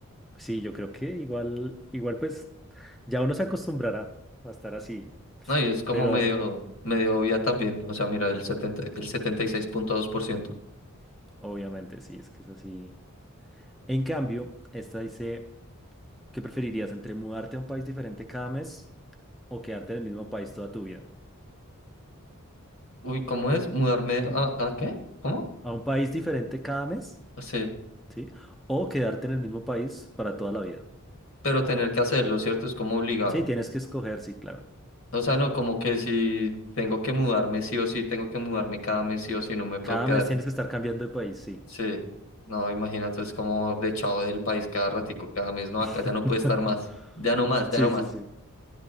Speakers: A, in the centre; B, on the left.
A: Sí, yo creo que igual, igual pues ya uno se acostumbrará a estar así.
B: No, y es como
A: Pero
B: medio, medio obvia también. O sea, mira, el setenta el setenta y seis punto dos por ciento,
A: obviamente sí, es que es así. En cambio, esta dice. ¿Qué preferirías entre mudarte a un país diferente cada mes o quedarte en el mismo país toda tu vida?
B: Uy, ¿cómo es? ¿Mudarme a, a qué? ¿Cómo?
A: ¿A un país diferente cada mes?
B: Ah, Sí.
A: ¿Sí? ¿O quedarte en el mismo país para toda la vida?
B: Pero tener que hacerlo, ¿cierto? Es como obligado.
A: Sí, tienes que escoger, sí, claro.
B: O sea, no, como que si tengo que mudarme sí o sí, tengo que mudarme cada mes sí o sí, no me puedo
A: Cada
B: quedar.
A: mes tienes que estar cambiando de país, sí.
B: Sí. No, imagínate, es como de chavo del país cada ratico, cada mes. No, acá
A: <laughs>
B: ya no puede estar más. Ya no más, ya
A: Sí,
B: no
A: sí,
B: más.
A: sí.